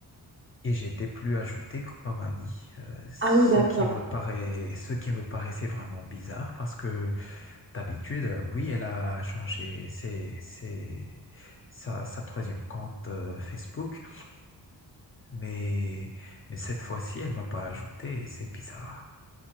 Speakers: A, on the left; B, on the right.
A: et j'étais plus ajouté comme ami. Euh, ce
B: Ah oui, d'accord.
A: qui me paraît, ce qui me paraissait vraiment bizarre parce que d'habitude, euh, oui, elle a changé ses, ses- sa, sa troisième compte euh, Facebook, mais, mais cette fois-ci, elle m'a pas ajouté et c'est bizarre.